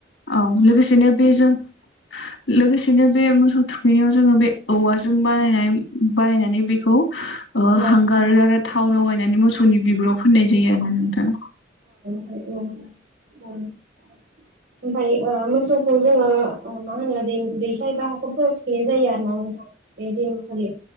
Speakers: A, on the left (about 80°); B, on the right (about 80°).
A: औ लोगोसेनो बेजों लोगोसेनो बे मोसौ थुखैनायाव जोङो बे औवाजों बानायनाय बानायनानै बेखौ ओ
B: औ
A: हांगार आरो थाव लगायनानै मोसौनि बिगुराव फोननाय जायो आरो नोंथा
B: उ उ ओमफाय ओ मोसौखौ जोङो मा होनो दै दैसा एबा हाखरफोराव थुखैनाय जायो आरो ना नोंथां बे दिनखालि